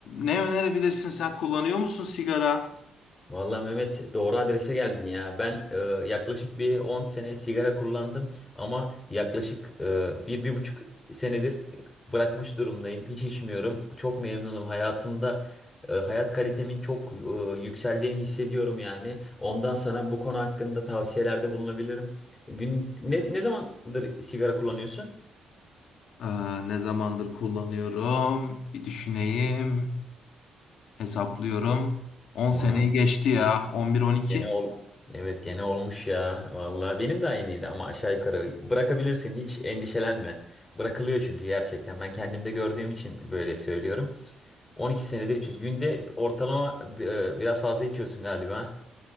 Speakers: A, on the left; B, on the left.
A: ne önerebilirsin? Sen kullanıyor musun sigara?
B: Vallahi Mehmet doğru adrese geldin ya. Ben e, yaklaşık bir 10 sene sigara kullandım ama yaklaşık e, bir, bir buçuk senedir e, bırakmış durumdayım. Hiç içmiyorum. Çok memnunum. Hayatımda e, hayat kalitemin çok e, yükseldiğini hissediyorum yani. Ondan sana bu konu hakkında tavsiyelerde bulunabilirim. Gün ne, ne zamandır sigara kullanıyorsun?
A: Aa, ne zamandır kullanıyorum? Bir düşüneyim, hesaplıyorum. on
B: Tamam.
A: seneyi geçti ya, on bir on iki
B: Gene ol. Evet gene olmuş ya. Vallahi benim de aynıydı ama aşağı yukarı bırakabilirsin hiç endişelenme. Bırakılıyor çünkü gerçekten. Ben kendimde gördüğüm için böyle söylüyorum. 12 senedir içiyoruz. Günde ortalama e, biraz fazla içiyorsun galiba.